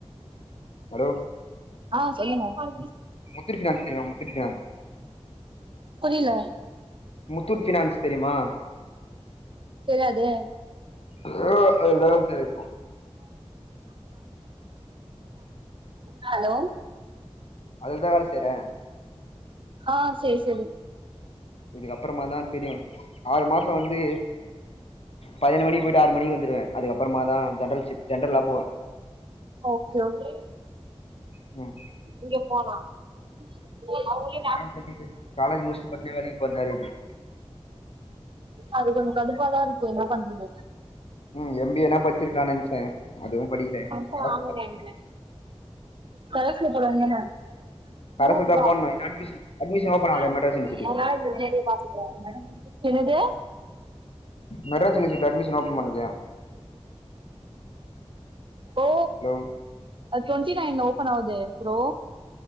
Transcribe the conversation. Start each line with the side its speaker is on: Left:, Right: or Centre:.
Left: ஹலோ
Right: ஆ சொல்லுக்க
Left: முத்தூட் ஃபினான்ஸ் தெரியுமா முத்தூட் ஃபினான்ஸ்
Right: புரியுல
Left: முத்தூட் ஃபினான்ஸ் தெரியுமா
Right: தெரியாதே
Left: அதுலதா வேல செய்ற இப்போ
Right: ஹலோ
Left: அதுலதா வேல செய்றே
Right: ஆ செரி செரி
Left: இதுக்கப்பறமாதா தெரியு ஆறு மாசோ வந்து பண்ணென்டு மணிக்கு போயிட்டு ஆறு மணிக்கு வந்துருவ அதுக்கப்பறமாதா ஜென்ரல் ஷிப்ட் ஜென்ரல்லா போவே
Right: ஓகே ஓகே
Left: ம்
Right: இங்க போனா <unintelligible>
Left: என்ன பண்றது காலேஜ் முடிச்சுட்டு உடனே வேலைக்கு போறதா இருக்குது
Right: அது கொஞ்சோ கடுப்பாதா இருக்கோ என்ன பண்றது
Left: ம் எம் பி ஏனா படிச்சிருக்கலான்னு நென்ச்சே அதுவு படிக்கல
Right: இப்ப
Left: கரஸ்ல
Right: வாங்கன என்ன பலசுல போடாதீங்க என்ன
Left: கரஸ்ல
Right: நூறுபா
Left: தா போட்ணு இன்னு அட்மிஷன் அட்மிஷன் ஓப்பன்
Right: <unintelligible>
Left: ஆகல மெட்ராஸ் யூனிவர்சிட்டில
Right: என்னது
Left: மெட்ராஸ் யூனிவர்சிட்டில அட்மிஷன் ஓப்பன் பண்ணு
Right: ஓ
Left: ஹலோ
Right: அது டுவெண்ட்டி நைன்ல ஓபன் ஆவுது ப்ரோ